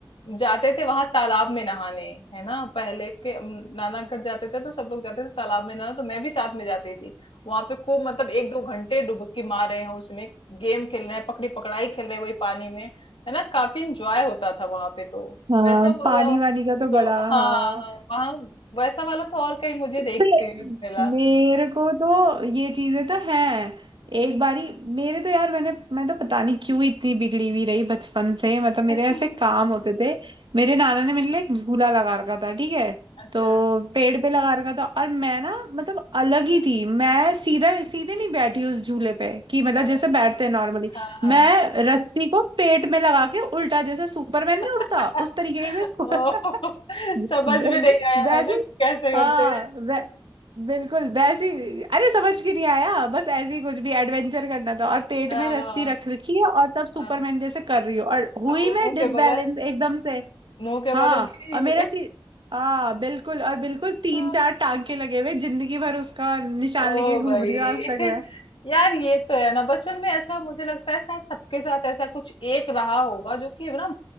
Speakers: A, on the left; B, on the right.
A: जाते थे वहां तालाब में नहाने है ना पहले के अम, नाना घर जाते थे तो सब लोग जाते थे तालाब में नहाने तो मैं भी साथ में जाती थी वहां पे खूब मतलब एक दो घंटे डुबकी मार रहे हैं उसमें गेम खेल रहे हैं पकड़ी पकड़ाई खेल रहे हैं वही पानी में है ना काफी इंजॉय होता था वहां पे तो
B: हाँ
A: वैसा वाला
B: पानी वानी का तो
A: तो
B: बड़ा
A: हाँ
B: हाँ
A: हाँ वहाँ वैसा वाला तो और कहीं मुझे
B: अरे,
A: नहीं एक्सपीरियंस मिला
B: मेरे को तो ये चीजें तो हैं एक बारी मेरे तो यार मैंने मैं तो पता नहीं क्यों इतनी बिगड़ी हुई रही बचपन से मतलब मेरे
A: <laughs>
B: ऐसे काम होते थे मेरे नाना ने मेरे लिए एक झूला लगा रखा था ठीक है
A: अच्छा
B: तो पेड़ पे लगा रखा था और मैं ना मतलब अलग ही थी मैं सीधा सीधे नहीं बैठी उस झूले पे कि मतलब
A: हाँ
B: जैसे बैठते हैं नॉर्मली
A: हाँ हाँ
B: मैं रस्सी को पेट में लगा के उल्टा जैसे सुपरमैन नहीं
A: <laughs>
B: उड़ता उस तरीके से
A: ओ,
B: <laughs> <laughs> वै-
A: समझ में नहीं आया
B: वैसे
A: है ना कि कैसे
B: हाँ
A: करते हैं
B: वै, बिल्कुल वैसे ही- अरे समझ के नहीं आया बस ऐसे ही कुछ भी एडवेंचर करना था और पेट
A: हाँ
B: में रस्सी रख रखी है और तब सुपरमैन
A: हाँ
B: जैसे कर रही हूँ और
A: तो
B: हुई
A: वो
B: मैं
A: मुंह
B: डिसबैलेंस
A: के बगल
B: एकदम से
A: मुंह के
B: हाँ
A: बगल गिरी
B: और मेरा सी हाँ बिल्कुल और बिल्कुल तीन
A: <laughs>
B: चार टांके लगे हुए जिंदगी भर उसका निशान
A: ओ
B: लेके घूम
A: भाई
B: रही हूँ आज
A: <laughs>
B: तक मैं
A: यार ये तो है ना बचपन में ऐसा मुझे लगता है शायद सबके साथ ऐसा कुछ एक रहा होगा जो कि ना